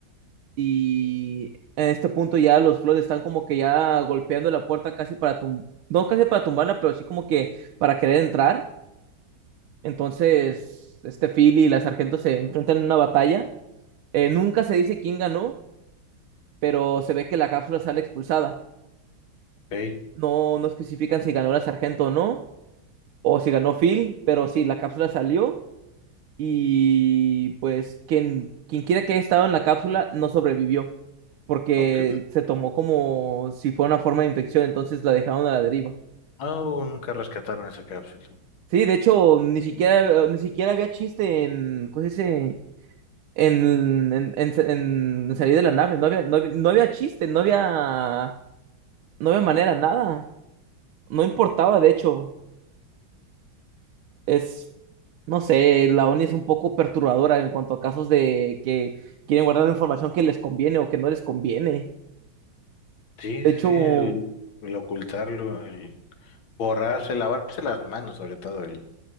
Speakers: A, on the right; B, on the left.
A: Y en este punto ya los Floyd están como que ya golpeando la puerta casi para tum no casi para tumbarla, pero sí como que para querer entrar. Entonces, este Phil y la sargento se enfrentan en una batalla. Eh, nunca se dice quién ganó, pero se ve que la cápsula sale expulsada.
B: Ok.
A: No, no especifican si ganó la sargento o no, o si ganó Phil, pero sí, la cápsula salió y pues quien, quien quiera que haya estado en la cápsula no sobrevivió porque
B: Ok.
A: se tomó como si fuera una forma de infección, entonces la dejaron a la deriva.
B: No, nunca rescataron esa cápsula.
A: Sí, de hecho, ni siquiera, ni siquiera había chiste en, ¿cómo se dice? En, en, en, en salir de la nave, no había, no había, no había chiste, no había, no había manera, nada, no importaba, de hecho, es, no sé, la ONI es un poco perturbadora en cuanto a casos de que quieren guardar información que les conviene o que no les conviene.
B: Sí,
A: De
B: sí,
A: hecho,
B: sí, el, el ocultarlo, el borrarse, lavarse las manos, sobre todo, el